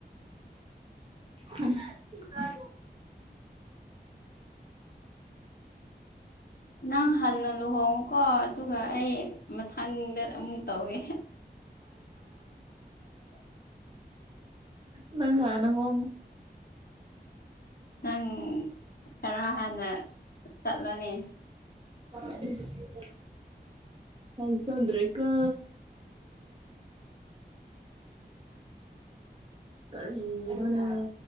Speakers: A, on the right; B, on the left.
A: ꯍ ꯉ
B: ꯅꯪ ꯍꯥꯟꯟꯅ ꯂꯨꯍꯣꯡꯉꯨꯀꯣ ꯑꯗꯨꯒ ꯑꯩ ꯃꯊꯪꯗ ꯑꯃꯨꯛ ꯇꯧꯏꯦ
A: ꯅꯪꯉ ꯅꯪꯉꯣ
B: ꯅꯪ ꯈꯔ ꯍꯥꯟꯅ ꯆꯠꯂꯅꯤ
A: ꯐ ꯍ ꯆꯗ꯭ꯔꯦ ꯀ ꯀꯅꯦ